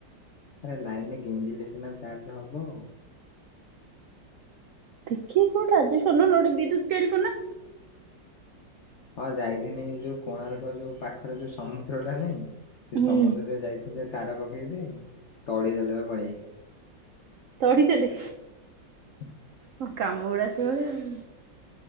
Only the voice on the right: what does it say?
ଦେଖି କୋଉଠା ରାଜ ଶୁନ ଗୋଟେ ବିଦ୍ୟୁ ତିଆରି କରୁ ନା?
ହୁଁ
ତଡିଦେଲେ?
ହଁ କାମ ଗୁଡା ସେଇଭଳିଆ ଆଉ।